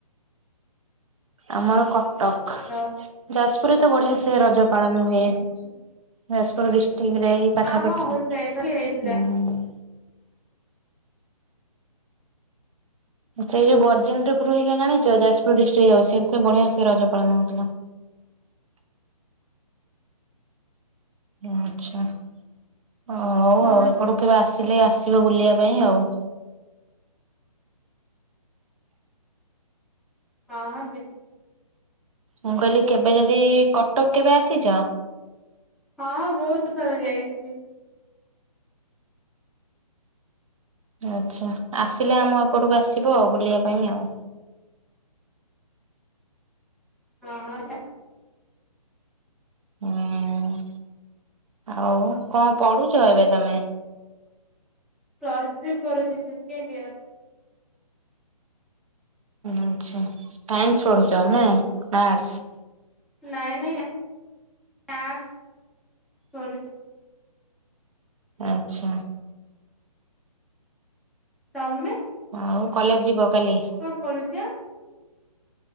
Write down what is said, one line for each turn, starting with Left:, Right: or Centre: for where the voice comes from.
Right: ଆମର କଟକ।
Centre: <unintelligible>
Right: ଯାଜପୁରରେ ତ ବଢ଼ିଆ ସେ ରଜ ପାଳନ ହୁଏ,
Centre: ଆଚ୍ଛା
Right: ଯାଜପୁର ଡିଷ୍ଟିକରେ। ପାଖାପାଖି
Centre: ହଁ ହଁ ହଉଥିଲା
Right: ଉ ହୁଁ
Centre: ଏଥର ବି ହେଇଥିଲା
Right: ହୁଁ। ସେଇ ଯୋଉ ଗଜେନ୍ଦ୍ରପୁର ହେଇକା ଜାଣିଛ ଯାଜପୁର ଡିଷ୍ଟିକରେ ଯାଉଛି, ସେଠି ତ ବଢିଆ ସେ ରଜ ପାଳନ ହଉଥିଲା। ଆଚ୍ଛା ହଉ
Centre: କଣ
Right: ଆଉ ଏପଟକୁ
Centre: ହେଇଛି
Right: କେବେ ଆସିଲେ ଆସିବ ବୁଲିଆ ପାଇଁ ଆଉ।
Centre: ହଁ ହଁ ଯି
Right: ମୁଁ କହିଲି କେବେ ଯଦି କଟକ କେବେ ଆସିଚ?
Centre: ହଁ ବହୁତ ଥର ଯାଇଛି।
Right: ଆଚ୍ଛା ଆସିଲେ ଆମ ଏପଟକୁ ଆସିବ ଆଉ ବୁଲିଆ ପାଇଁ ଆଉ।
Centre: ହଁ ହଁ ନା।
Right: ଉଁ ଆଉ କଁ ପଢୁଛ ଏବେ ତମେ?
Centre: ପ୍ଲସ୍ ଥ୍ରୀ ପଢୁଛି ସେକେଣ୍ଡ ଇୟର।
Right: ଆଚ୍ଛା ସାଇନ୍ସ ପଢୁଛ ନା ଆର୍ଟ୍ସ?
Centre: ନାଇଁ ନାଇଁ ଆର୍ଟ୍ସ ପଢୁଛି।
Right: ଆଚ୍ଛା।
Centre: ତମେ?
Right: ଆଉ କଲେଜ ଯିବ କାଲି।
Centre: କଣ ପଢୁଚ?